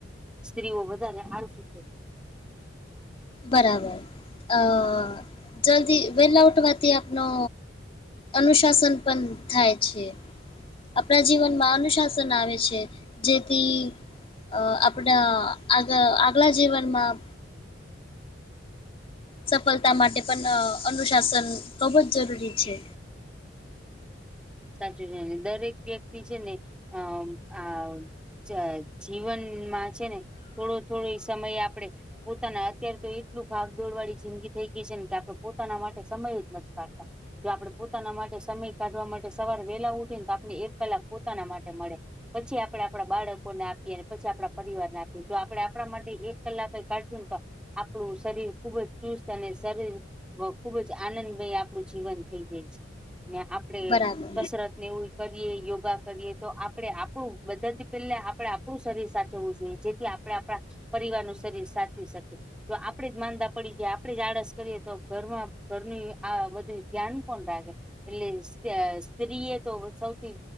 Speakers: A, in the centre; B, on the left (about 30°).
A: સ્ત્રીઓ બધાને હાલશે.
B: બરાબર અ જલ્દી વેલ ઉઠવાથી આપનો અનુશાસન પણ થાય છે. આપણા જીવનમાં અનુશાસન આવે છે જેથી અ આપણા આગ આગલા જીવનમાં સફળતા માટે પણ અનુશાસન ખૂબ જ જરૂરી છે.
A: સાચું છેને દરેક વ્યક્તિ છે ને અ આ ચ જીવનમાં છે ને થોડો થોડો સમય આપડે પોતાના અત્યારે તો એટલું ભાગદોડવાળી જિંદગી થઈ ગઈ છે ને કે આપણે પોતાના માટે સમય જ નથી કાઢતા જો આપણે પોતાના માટે સમય કાઢવા માટે સવાર વેલા ઉઠી ને તો આપને એક પહેલાક પોતાના માટે મળે પછી આપડે આપણા બાળકોને આપીએ અને પછી આપણા પરિવારને આપીએ જો આપડે આપણા માટે એક કલાક જ કાઢશું તો આપણું શરીર ખુબ જ ચુસ્ત અને શરીર ને ખૂબ જ આનંદમય આપણું જીવન થઈ જાય છે ને આ આપડે
B: બરાબર
A: કસરત ને એવું કરીએ યોગા કરીએ તો આપડે આપણું બધાથી પેલા આપણેે આપડુ શરીર સાચવવું જોઈએ જેથી આપણે આપણા પરિવાર નું શરીર સાચવી શકીએ તો આપડે જ માંદા પડી જાય આપડે જ આડસ કરીએ તો ઘરમાં ઘરની આ બધું ધ્યાન કોણ રાખે એટલે અ પ્રિય તો સૌથી